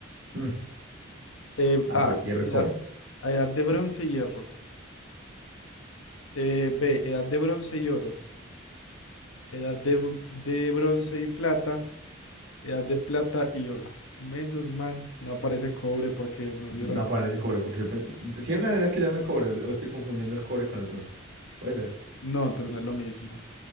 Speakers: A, on the right (about 55°); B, on the left (about 85°).
A: Mm.
B: Eh,
A: Ah,
B: A,
A: pues, hierro
B: edad,
A: y cobre.
B: edad de bronce y hierro. Eh, B, edad de bronce y oro. Edad de, br- de bronce y plata. Edad de plata y oro. Menos mal, no aparece cobre porque nos hubieran...
A: No
B: embalado.
A: aparece cobre, porque yo pensé... Sí hay una idea que llame cobre, o estoy confundiendo el cobre con el bronce. Puede ser.
B: No, pero no es lo mismo.